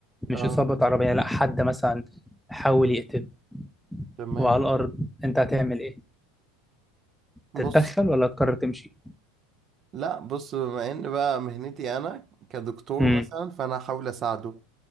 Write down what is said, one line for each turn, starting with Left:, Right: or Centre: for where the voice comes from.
Centre: مش
Right: اه
Centre: إصابة عربية لأ حد مثلا حاول يقتله
Right: تمام
Centre: وعلى الأرض أنت هتعمل إيه؟
Right: بص
Centre: تتدخل ولا تقرر تمشي؟
Right: لا بص بما ان بقى مهنتي انا كدكتور
Centre: امم
Right: مثلا فانا هحاول اساعده